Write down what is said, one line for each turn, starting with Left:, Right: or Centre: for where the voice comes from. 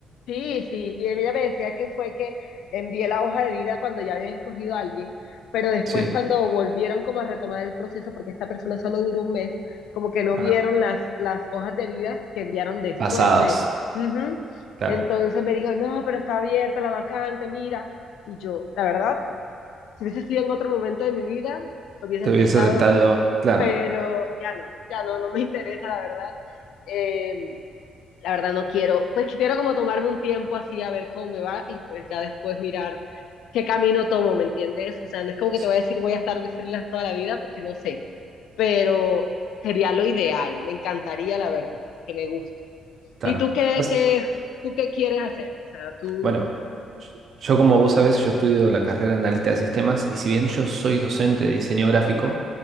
Left: Sí, sí, y ella me decía que fue que envié la hoja de vida cuando ya habían escogido a alguien, pero después
Right: Sí.
Left: cuando volvieron como a retomar el proceso, porque esta persona solo duró un mes, como que no
Right: Ah,
Left: vieron las, las hojas de vida que enviaron después
Right: pasadas.
Left: de. Ujú.
Right: Claro.
Left: Entonces me dijo, no, pero está abierta la vacante, mira. Y yo, la verdad, si hubiese sido en otro momento de mi vida, hubiese
Right: Te
Left: aceptado,
Right: hubiese aceptado. Claro.
Left: pero ya no, ya no, no me <laughs> interesa, la verdad. Eh, la verdad no quiero, pues quiero como tomarme un tiempo así a ver cómo me va y pues ya después mirar qué camino tomo, ¿me entiendes? O sea, no es como que
Right: Sí,
Left: te voy a decir voy a estar de freelance toda la vida porque no sé, pero sería lo ideal, me encantaría la verdad, que me gusta.
Right: claro.
Left: ¿Y tú qué,
Right: Pas-
Left: qué, tú qué quieres hacer? O sea, tú...
Right: bueno, yo como vos sabés, yo estudio la carrera de analista de sistemas y si bien yo soy docente de diseño gráfico,